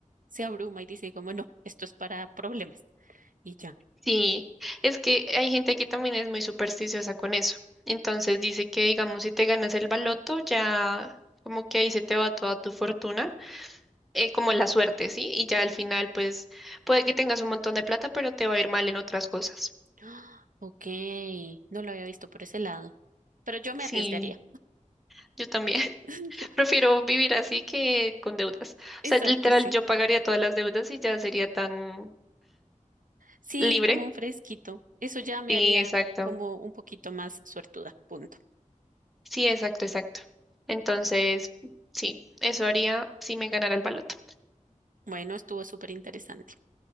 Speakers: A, on the right; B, in the centre.
A: se abruma y dice como, no, esto es para problemas. Y ya.
B: Sí, es que hay gente que también es muy supersticiosa con eso. Entonces dice que, digamos, si te ganas el baloto, ya como que ahí se te va toda tu fortuna, eh, como la suerte, ¿sí? Y ya al final, pues, puede que tengas un montón de plata, pero te va a ir mal en otras cosas.
A: <gasps> Ah, Ok, no lo había visto por ese lado. Pero yo me
B: Sí,
A: arriesgaría.
B: yo también.
A: <laughs> Como
B: Prefiero
A: que-
B: vivir así que con deudas. O
A: Exacto,
B: sea, literal,
A: sí.
B: yo pagaría todas las deudas y ya sería tan
A: Sí,
B: libre.
A: como un fresquito. Eso ya me
B: Sí,
A: haría
B: exacto.
A: como un poquito más suertuda. Punto.
B: Sí, exacto, exacto. Entonces, sí, eso haría si me ganara el baloto.
A: Bueno, estuvo súper interesante.